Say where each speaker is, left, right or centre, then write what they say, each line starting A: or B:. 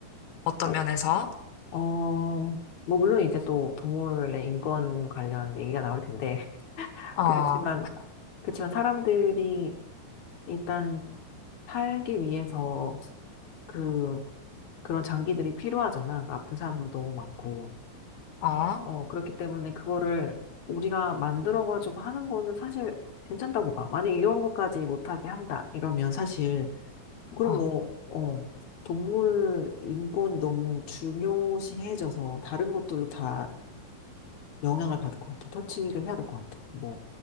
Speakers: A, on the left; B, on the left.
A: 어떤
B: 어,
A: 면에서?
B: 어, 뭐, 물론 이제 또 동물의 인권 관련 얘기가 나올 텐데,
A: 어,
B: 그렇지만, 그렇지만 사람들이 일단 살기 위해서 그, 그런 장기들이 필요하잖아. 아픈 사람들 너무 많고.
A: 어,
B: 어, 그렇기 때문에 그거를 우리가 만들어가지고 하는 거는 사실 괜찮다고 봐. 만약 이런 것까지 못하게 한다. 이러면 사실, 그럼
A: 어,
B: 뭐, 어, 동물 인권 너무 중요시해져서 다른 것들도 다 영향을 받을 것 같아. 터치를 해야 될 것 같아. 뭐,